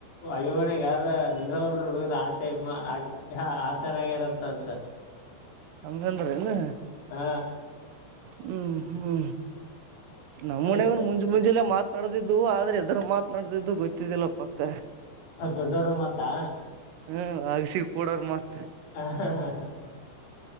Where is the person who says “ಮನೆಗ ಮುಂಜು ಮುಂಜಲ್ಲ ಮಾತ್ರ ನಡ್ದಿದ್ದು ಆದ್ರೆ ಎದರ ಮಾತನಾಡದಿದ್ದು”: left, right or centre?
Right